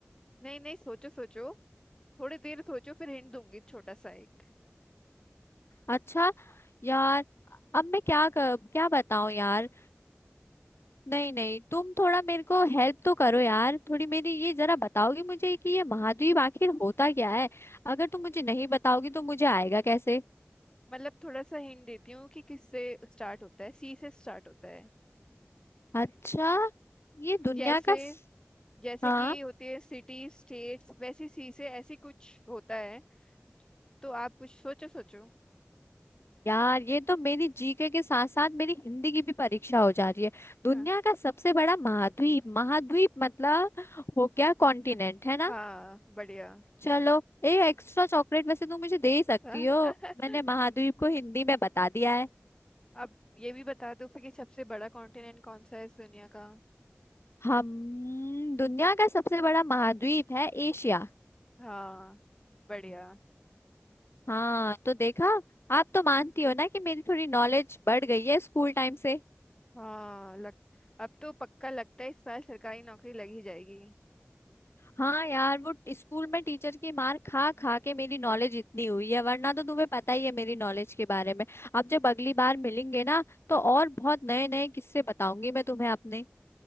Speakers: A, on the left (about 20°); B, on the left (about 65°).
A: नहीं नहीं सोचो सोचो थोड़ी देर सोचो फिर हिंट दूंगी छोटा सा एक
B: अच्छा यार अब मैं क्या कर, क्या बताऊं यार नहीं नहीं तुम थोड़ा मेरे को हेल्प तो करो यार थोड़ी मेरी ये जरा बताओगी मुझे कि ये महाद्वीप आखिर होता क्या है अगर तुम मुझे नहीं बताओगी तो मुझे आएगा कैसे
A: मतलब थोड़ा सा हिंट देती हूँ कि किससे स्टार्ट होता है सी से स्टार्ट होता है
B: अच्छा ये दुनिया
A: जैसे
B: का स-
A: जैसे
B: हाँ
A: कि होती है सिटी स्टेट्स वैसी सी से ऐसी कुछ होता है तो आप कुछ सोचो सोचो
B: यार ये तो मेरी जीके के साथ साथ मेरी हिंदी की भी परीक्षा हो जा रही है दुनिया
A: हाँ
B: का सबसे बड़ा महाद्वीप महाद्वीप मतलब हो गया कॉन्टिनेंट है ना
A: हाँ बढ़िया
B: चलो एक एक्स्ट्रा चॉकलेट वैसे तुम मुझे दे ही सकती
A: <laughs>
B: हो मैंने महाद्वीप को हिंदी में बता दिया है
A: अब ये भी बता दो फिर कि सबसे बड़ा कॉन्टिनेंट कौन सा है इस दुनिया का
B: हम दुनिया का सबसे बड़ा महाद्वीप है एशिया
A: हाँ बढ़िया
B: हाँ तो देखा आप तो मानती हो ना कि मेरी थोड़ी नॉलेज बढ़ गई है स्कूल टाइम से
A: हाँ लग अब तो पक्का लगता है इस साल सरकारी नौकरी लग ही जाएगी
B: हाँ यार वो स्कूल में टीचर की मार खा खा के मेरी नॉलेज इतनी हुई है वरना तो तुम्हें पता ही है मेरी नॉलेज के बारे में अब जब अगली बार मिलेंगे ना तो और बहुत नए नए किस्से बताऊंगी मैं तुम्हें अपने